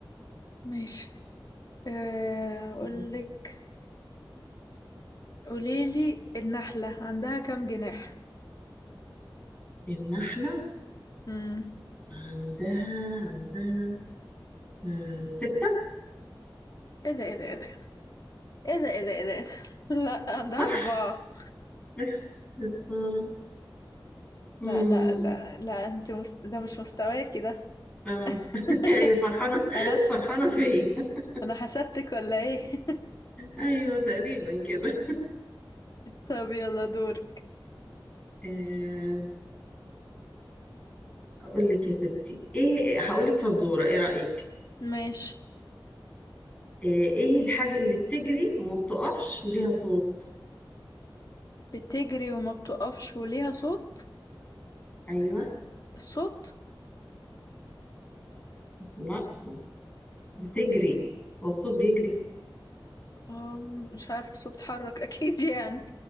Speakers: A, on the left; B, on the left.
A: ماشي آه، أقولك
B: مم.
A: قوليلي النحلة عندها كام جناح؟
B: النحلة
A: مم.
B: عندها عندها آه ستة
A: ايه ده ايه ده ايه ده ايه ده ايه ده ايه ده إيه ده؟ <laughs> لا عندها
B: صح؟
A: أربعة
B: بس يا خسارة امم
A: لا لا لا لا انت مست... ده مش مستواكي ده
B: اه <laughs>
A: <laughs>
B: ايوه فرحانة
A: انا
B: فرحانة فيا <laughs>
A: انا حسبتك ولا ايه <laughs>
B: ايوه تقريبا كده
A: طب يلا دورك
B: آه اقول لك يا ستي ايه هقول لك فزورة ايه رأيك؟
A: ماشي
B: آه ايه الحاجة اللي بتجري وما بتقفش وليها صوت؟
A: بتجري وما بتقفش وليها صوت
B: ايوه
A: الصوت
B: لا بتجري
A: ايه
B: هو الصوت بيجري
A: اه مش عارف صوت بتحرك <laughs> اكيد يعني